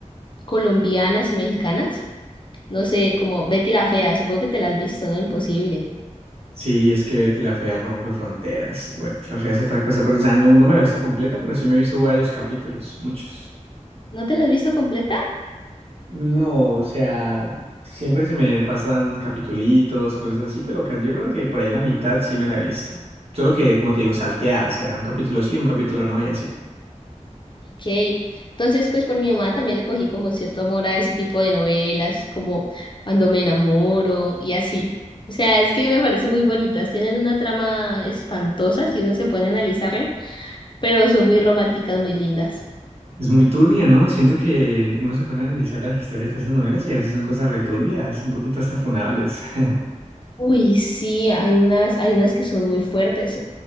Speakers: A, on the left; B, on the right.
A: colombianas y mexicanas. No sé, como Betty la Fea, supongo que te la has visto, ¿no? Imposible.
B: Sí, es que Betty la Fea rompe fronteras. Betty la Fea es otra cosa, pero o sea, no, no me la he visto completa, pero sí me he visto varios capítulos, muchos.
A: ¿No te la has visto completa?
B: No, o sea, siempre se me pasan capitulitos o cosas así, pero casi- yo creo que por ahí la mitad sí me la he visto. Solo que, como te digo, salteada, o sea, un capítulo sí, un capítulo no y así.
A: Ok, entonces pues por mi mamá también le cogí como cierto amor a ese tipo de novelas, como Cuando me enamoro y así. O sea, es que me parecen muy bonitas, tienen una trama espantosa si uno se pone a analizarla, pero son muy románticas, muy lindas.
B: Es muy turbio, ¿no? Siento que uno se pone a analizar las historias de esas novelas y a veces son cosas returbias, un poquito hasta funables. <laughs>
A: Uy, sí, hay unas, hay unas que son muy fuertes.